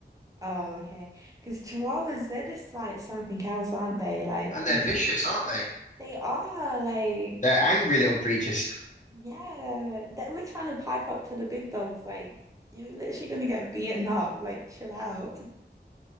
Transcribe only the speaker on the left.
and
they're
vicious, aren't they?
They're angry little creatures.